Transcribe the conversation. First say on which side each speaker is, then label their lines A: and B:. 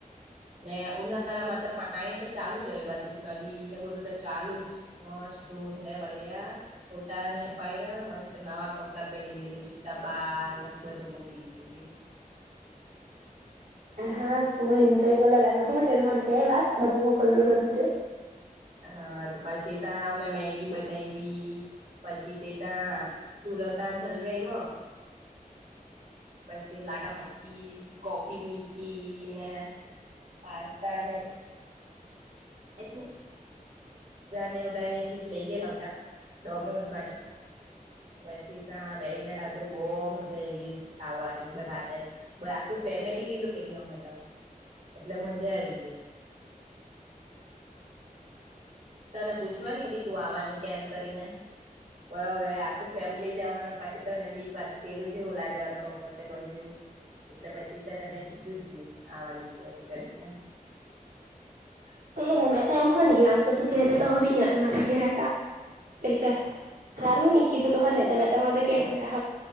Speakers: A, on the right; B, on the right.
A: ને ઉનાળા માં તો પાણી તો ચાલુ જ હોય બાજુ નદી ને બધું તો ચાલુ જ મસ્તુ. બો <unintelligible> હૈ બડિયા ફોટાને ને પાડ્યા મસ્ત નવા કપડા પહેરી છુટા બાલ ને બધું મકી ગેલી
B: હા ભૂલ એન્જોય કરવા લાગે શું હુ‌ થેલું મને કય વાત બધું હું કરલું બધું તે.
A: હા તો પછી ત્યા અમે મેગી બનાયવી. પછી તે ત્યાં ચૂલો તાચ હલ‌ગાવ્યો. પછી લાકા મચ્છીસ કોફી મુકી ને પાસ્તા અને એ તુ. ચા અને એવું અહીંયાથી લઈ ગયેલા ડોમીનોસ માંની પછી ત્યા બેહિને ખાધું બહ મજા આયવી ખાવાની બધા હાતે વય આખું ફ ફેમિલી ગેલું કે ન અમેટા એટલે મજા આવી ગઈ. તને પૂછવાની તું આવવાની કેમ કરીને. પણ હવે આખું ફેમિલી જવાનું પછી તને બી પાછું પેલું જેવું લાગે અનકમ્ફર્ટેબલ જેવું. એટલે પછી તને મેં કીધું જ નહી આવાની કે એમ કરી ને.
B: <inaudible> તેજ ને મે તો એમ હો ની આવતે તુ કેતો હો બી ની આવતે મારી ઘરે તો <unintelligible> હારું ની કીધું તો હજ ને મેતો કેતે ત મેં